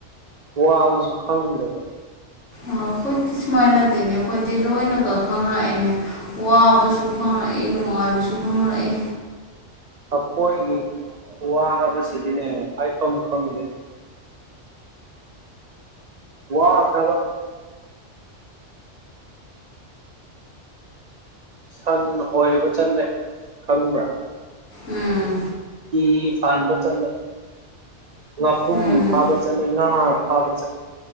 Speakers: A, on the right; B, on the left.
A: ꯋꯥꯕꯁꯨ ꯈꯪꯗꯕ
B: ꯑꯩꯈꯣꯏꯗꯤ ꯁꯨꯃꯥꯏꯅꯗꯤꯅꯦ ꯑꯩꯈꯣꯏꯗꯤ ꯂꯣꯏꯅꯒ ꯈꯪꯉꯛꯢꯅꯦ ꯋꯥꯕꯁꯨ ꯈꯪꯂꯛꯌꯦ ꯅꯨꯡꯉꯥꯏꯕꯁꯨ ꯈꯪꯂꯛꯌꯦ
A: ꯑꯩꯈꯣꯏꯒꯤ ꯋꯥꯕꯁꯤꯗꯤꯅꯦ ꯍꯥꯏꯐꯝ ꯈꯪꯗꯦ ꯋꯥꯈꯔꯕ ꯁꯟ ꯍꯣꯢꯕ ꯆꯠꯂꯦ ꯈꯪꯕ꯭ꯔꯥ
B: ꯎꯝ
A: ꯏ ꯐꯥꯟꯕ ꯆꯜꯂꯦ ꯉꯥꯄꯨꫪꯝ
B: ꯎꯝ
A: ꯐꯥꯕ ꯆꯠꯂꫭꯏ ꯉꯥ ꯐꯥꯕ ꯆꯠꯂ